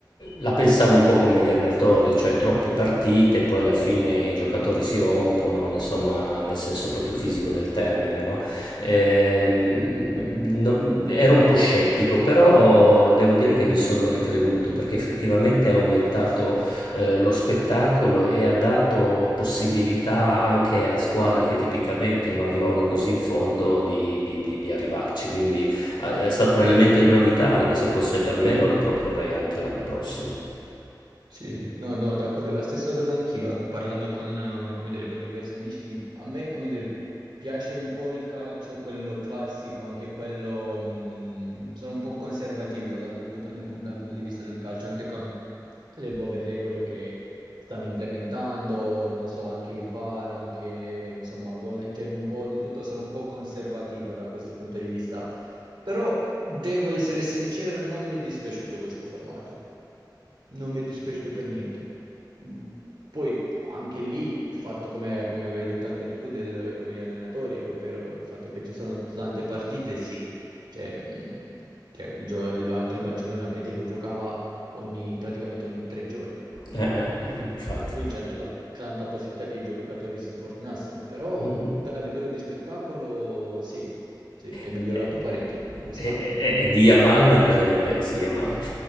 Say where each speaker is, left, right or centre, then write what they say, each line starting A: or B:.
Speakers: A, on the left; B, on the right.
A: la pensavo un po' come gli allenatori, cioè troppe partite, poi alla fine i giocatori si rompono, insomma, nel senso proprio fisico del termine, no? Ehm,
B: Sì.
A: no- ero un po' scettico, però devo dire che mi sono ricreduto perché effettivamente è aumentato eh, lo spettacolo e ha dato possibilità anche a squadre che tipicamente non arrivavano così in fondo di, di- di- di arrivarci. Quindi eh, è stato un elemento di novità, anche se fosse per me lo riproporrei anche l'anno prossimo.
B: Sì, no, no, d'accordo, la stessa cosa anch'io, eh. parlando con, eh, come dire, con diversi amici, a me, come dire, piace un po' il calcio, quello classico, anche quello, mh, sono un po' conservativo dal punto, nel pun- dal punto di vista del calcio, anche con le nuove regole che stanno implementando, non so, anche il VAR, anche, insomma, gol line, cioè un po' di tutto, sono un po' conservativo da questo punto di vista, però devo essere sincero, non mi è dispiaciuto questo formato. Non mi è dispiaciuto per niente. Mm, Poi anche lì il fatto, come, come avevi detto anche tu, del, come gli allenatori, ovvero il fatto che ci sono tante partite, sì. Cioè, mm, cioè, il gio- il- anche il Barcellona, vedevo, giocava ogni- praticamente ogni tre giorni.
A: Eh, eh, mm, infatti.
B: Per cui c'è anche la tanta possibilità che i giocatori si infortunassero. Però
A: Mm.
B: da- a livello di spettacolo, sì, sì, è migliorato
A: E,
B: parecchio quest'anno.
A: e- e- e di Yamal cosa ne pensi, Yamal?